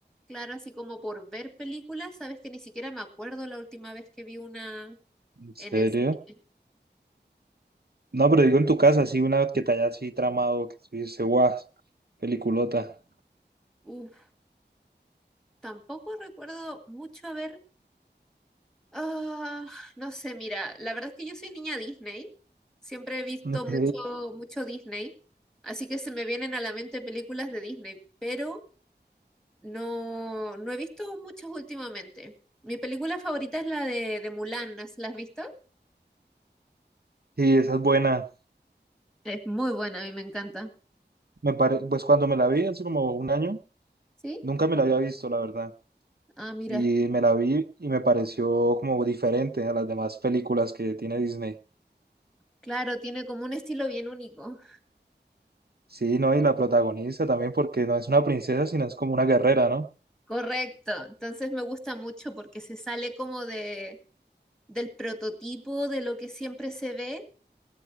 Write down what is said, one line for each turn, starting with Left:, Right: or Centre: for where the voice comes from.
Centre: claro, así como por ver películas, sabes que ni siquiera me acuerdo la última vez que vi una
Right: ¿en serio?
Centre: en el cine.
Right: No, pero digo en tu casa, sí, una que te hayas así tramado, que tú dices, guau, peliculota.
Centre: Uf, tampoco recuerdo mucho haber Ah, no sé, mira, la verdad es que yo soy niña Disney, siempre he visto
Right: Ok.
Centre: mucho, mucho Disney, así que se me vienen a la mente películas de Disney, pero no, no he visto muchas últimamente. Mi película favorita es la de, de Mulan, ¿las- ¿la has visto?
Right: Sí, esa es buena.
Centre: Es muy buena, a mí me encanta.
Right: Me pare... Pues cuando me la vi hace como un año,
Centre: ¿Sí?
Right: nunca me la había visto, la verdad.
Centre: Ah, mira,
Right: Y me la vi y me pareció como diferente a las demás películas que tiene Disney.
Centre: claro, tiene como un estilo bien único.
Right: Sí, ¿no? Y la protagonista también, porque no es una princesa, sino es como una guerrera, ¿no?
Centre: Correcto, entonces me gusta mucho porque se sale como de, del prototipo de lo que siempre se ve